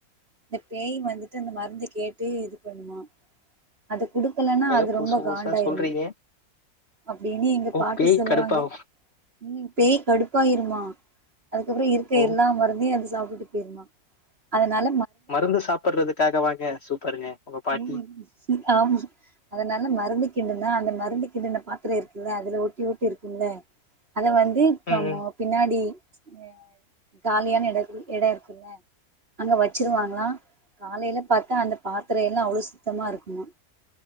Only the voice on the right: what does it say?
இந்த பேய் வந்துட் இந்த மருந்த கேட்டு இது பண்ணுமா அது குடுக்கலன்னா
அது
ரொம்ப
காண்டாயிருமா
அப்டினி எங்க
பாட்டி
சொல்வாங்க.
உம் பேய் கடுப்பாயிருமா அதுக்கப்பறம் இருக்க
எல்லா மருந்தையும் எடுத்து சாப்ட்டு போய்ருமா அதனால
ம் ஆமா அதனால மருந்து கிண்டுன்னா அந்த மருந்து கிண்டுன்ன பாத்திர இருக்குல்ல அதுல ஒட்டி ஒட்டி இருக்குல அத வந்து நம்மோ
பின்னாடி அஹ காலியான எட எடம் இருக்குல்ல அங்க வச்சிருவாங்ளாம். காலையில பாத்தா அந்த பாத்திர எல்லா அவ்வளவு சுத்தமா இருக்கு மா